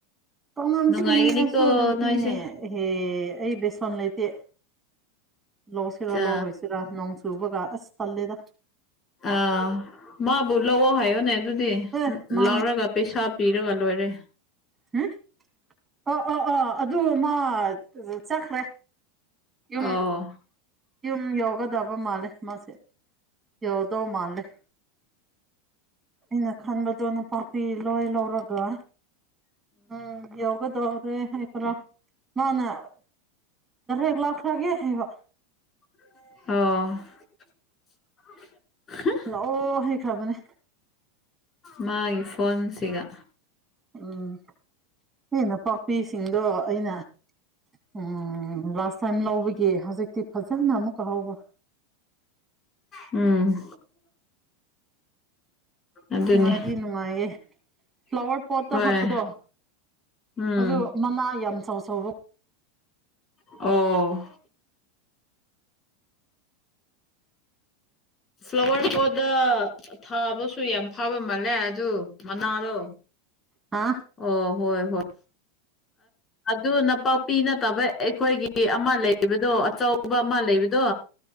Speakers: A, on the right; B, on the left.
A: ꯄꯅꯝꯁꯅꯤꯡ
B: ꯅꯨꯡꯉꯥꯏꯒꯅꯤꯀꯣ
A: ꯀꯥꯏꯁꯨ ꯂꯩꯇꯦꯅꯦ
B: ꯅꯣꯏꯁꯦ
A: ꯍꯦ ꯑꯩ ꯕꯦꯁꯣꯟ ꯂꯩꯇꯦ ꯂꯧꯁꯤꯔ
B: ꯆꯥ
A: ꯂꯧꯔꯣꯏꯁꯤꯔ ꯅꯣꯡ ꯁꯨꯕꯒ ꯑꯁ ꯇꯂꯦꯗ
B: ꯑꯥ ꯃꯥꯕꯨ ꯂꯑꯣ ꯍꯥꯏꯌꯣꯅꯦ ꯑꯗꯨꯗꯤ
A: ꯑꯦ ꯃꯥ
B: ꯂꯧꯔꯒ ꯄꯩꯁꯥ ꯄꯤꯔꯣꯒꯜ ꯑꯣꯏꯔꯦ
A: ꯎꯝ ꯑꯣ ꯑꯣ ꯑꯣ ꯑꯗꯨ ꯃꯥ ꯆꯠꯈ꯭ꯔꯦ ꯌꯨꯝ
B: ꯑꯣ
A: ꯌꯨꯝ ꯌꯧꯒꯗꯕ ꯃꯥꯜꯂꯦ ꯃꯥꯁꯦ ꯌꯧꯗꯧ ꯃꯥꯜꯂꯦ ꯑꯩꯅ ꯈꯟꯕꯗꯣ ꯅꯨꯄꯥꯄꯤ ꯂꯣꯏ ꯂꯧꯔꯒ ꯎꯝ ꯌꯒꯗ ꯑꯣꯏ꯭ꯔꯦ ꯍꯥꯏꯄꯔ ꯃꯥꯅ ꯦꯛ ꯂꯥꯛꯈ꯭ꯔꯒꯦ ꯍꯥꯏꯕ
B: ꯑꯣ
A: ꯂꯥꯛꯑꯣ ꯍꯩꯈ꯭ꯔꯕꯅꯦ
B: ꯃꯥꯒꯤ ꯐꯣꯟꯁꯤꯒ
A: ꯎꯝ ꯍꯦꯟꯅ ꯄꯥꯛꯄꯤꯁꯤꯡꯗꯣ ꯑꯩꯅ ꯎꯝ ꯂꯥꯁ ꯇꯥꯏꯝ ꯂꯧꯕꯒꯤ ꯍꯧꯖꯤꯛꯇꯤ ꯐꯖꯅ ꯑꯃꯨꯛꯀ ꯍꯥꯎꯕ
B: ꯎꯝ ꯑꯗꯨꯅꯤ
A: ꯅꯨꯡꯉꯥꯏꯗꯤ ꯅꯨꯡꯉꯥꯏꯌꯦꯦ ꯐ꯭ꯂꯥꯋꯔ ꯄꯣꯠꯇꯣ
B: ꯍꯣꯏ
A: ꯍꯥꯞꯄꯗꯣ
B: ꯎꯝ
A: ꯑꯗꯨ ꯃꯅꯥ ꯌꯥꯝ ꯆꯥꯎ ꯆꯥꯎꯕ
B: ꯑꯣ ꯐ꯭ꯂꯋꯥꯔ ꯍꯣꯗ ꯊꯥꯕꯁꯨ ꯌꯥꯝ ꯐꯥꯕ ꯃꯥꯜꯂꯦ ꯑꯗꯨ ꯃꯅꯥꯗꯣ
A: ꯑ
B: ꯑꯣ ꯍꯣꯏ ꯍꯣꯏ ꯑꯗꯨ ꯅꯄꯥꯛꯄꯤ ꯅꯠꯇꯕ ꯑꯩꯈꯣꯏꯒꯤ ꯀꯦ ꯑꯃ ꯂꯩꯕꯗꯣ ꯑꯆꯧꯕ ꯑꯃ ꯂꯩꯕꯗꯣ